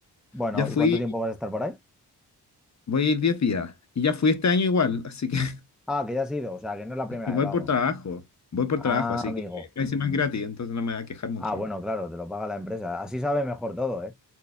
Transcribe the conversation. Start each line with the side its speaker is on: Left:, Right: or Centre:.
Centre: Bueno,
Left: Ya fui,
Centre: ¿y cuánto tiempo vas a estar por ahí?
Left: voy a ir 10 días. Y ya fui este año igual, así que <laughs>
Centre: Ah, que ya has ido, o sea, que no es la primera
Left: dije, voy
Centre: vez, vamos.
Left: por trabajo. Voy por
Centre: Ah,
Left: trabajo, así
Centre: amigo.
Left: que encima es gratis, entonces no me va a quejar mucho.
Centre: Ah, bueno, claro, te lo paga la empresa. Así sabe mejor todo, ¿eh?